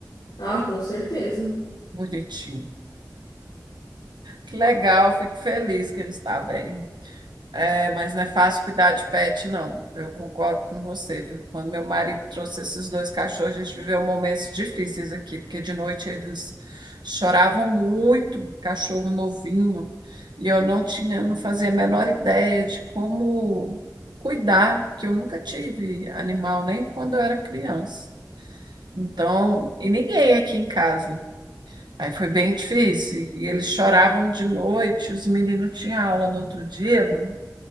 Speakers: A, on the left (about 85°); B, on the right (about 85°).
A: Ah, com certeza.
B: Bonitinho. Que legal, fico feliz que ele está bem. É, mas não é fácil cuidar de pet, não. Eu concordo com você, viu? Quando meu marido trouxe esses dois cachorros, a gente viveu momentos difíceis aqui, porque de noite eles choravam muito, cachorro novinho, e eu não tinha, não fazia a menor ideia de como cuidar, porque eu nunca tive animal, nem quando eu era criança. Então, e ninguém aqui em casa. Aí foi bem difícil. E eles choravam de noite, os meninos tinham aula no outro dia, Bruno.